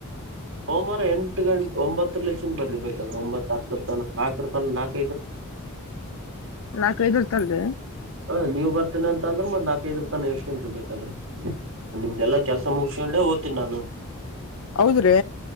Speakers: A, on the right; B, on the left.
A: ಸೋಮಾರ ಎಂಟು ಗಂಟೆ ಒಂಬತ್ತರ್ ಲೇಶಿಂದ್ ಬರರ್ಬೇಕಾದ್ರೆ ಒಂಬತ್ತು ಹತ್ತರ ತನ ನಾಲ್ಕರ ತನ ನಾಕು
B: ನಾಕ್ ಐದರ್ತನ್ ರಿ
A: ಹಾ ನೀವ್ ಬರ್ತೀನ ಅಂತ ಅಂದ್ರ ನಾಕ್ ಐದರ್ತನ್ ಇರ್ತೀನಿ ಬೇಕಾದ್ರ ನಿಮ್ದೆಲ್ಲಾ ಕೆಲ್ಸ ಮುಗಸ್ಕೊಂಡೆ ಹೋತಿನ್ ನಾನು.
B: ಹೌದ್ರೀ